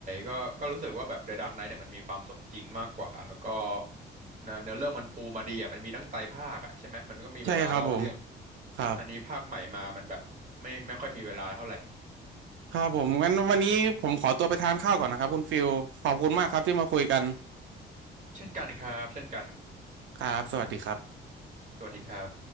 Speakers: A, on the right; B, on the right.
A: ก็ก็รู้สึกว่าแบบ The Dark Knight เนี่ยมันมีความสมจริงมากกว่าแล้วก็เนื้อเนื้อเรื่องมันปูมาดีอ่ะมันมีตั้งไตรภาคอ่ะใช่ไหมมันก็มีเวลาเล่าเรื่อง
B: ใช่ครับผมครับ
A: อันนี้ภาคใหม่มา มันแบบไม่ไม่ค่อยมีเวลาเท่าไหร่
B: ครับผมงั้นวันนี้ผมขอตัวไปทานข้าวก่อนนะครับคุณฟิลขอบคุณมากครับที่มาคุยกัน
A: <clears throat> เช่นกันครับเช่นกัน
B: ครับสวัสดีครับ
A: สวัสดีครับ